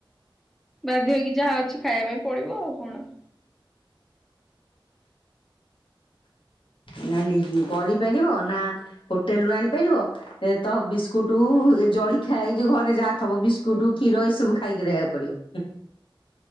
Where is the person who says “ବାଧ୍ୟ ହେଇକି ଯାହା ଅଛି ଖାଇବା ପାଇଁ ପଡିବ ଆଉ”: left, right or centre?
Centre